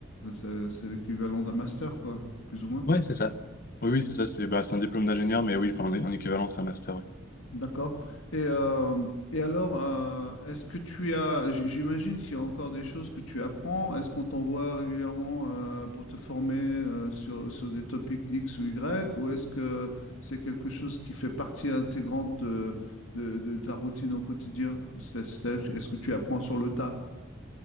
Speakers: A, on the left; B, on the left.
A: C'est c'est l'équivalent d'un master, quoi, plus ou moins.
B: Ouais, c'est ça. Oui, oui, c'est ça. C'est bah, c'est un diplôme d'ingénieur, mais oui, enfin, en, en équivalent, c'est un master. ouais.
A: D'accord. Et, euh, et alors, euh, est-ce que tu as, j- j'imagine qu'il y a encore des choses que tu apprends. Est-ce qu'on t'envoie régulièrement euh, pour te former euh, sur, sur des topics X ou Y, ou est-ce que c'est quelque chose qui fait partie intégrante de, de, de ta routine au quotidien? C'est- c'est-à-dire, est-ce que tu apprends sur le tas?